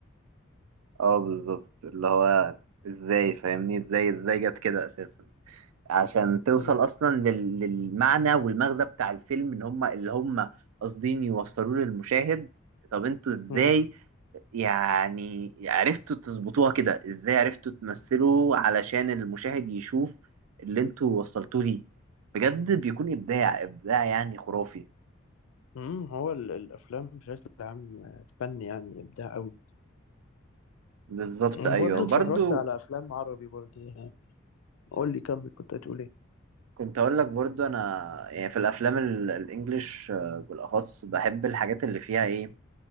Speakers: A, on the right; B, on the left.
A: اه بالظبط اللي هو ازاي فاهمني ازاي ازاي جت كده اساسا عشان توصل
B: مم.
A: اصلا لل- للمعنى والمغزى بتاع الفيلم ان هم اللي هم قاصدين يوصلوه للمشاهد طب انتوا ازاي
B: مم.
A: يعني عرفتوا تظبطوها كده ازاي عرفتوا تمثلوا علشان المشاهد يشوف اللي انتوا وصلتوه ليه بجد بيكون ابداع ابداع يعني خرافي
B: مم. هو ال- الافلام بشكل عام فن يعني ابداع قوي
A: بالظبط
B: برضه
A: ايوه
B: اتفرجت
A: برضو
B: على افلام عربي برضه يعني قول لي كمل كنت هتقول ايه
A: كنت اقول لك برضو انا يعني في الافلام ال- الانجليش آه، بالاخص بحب الحاجات اللي فيها ايه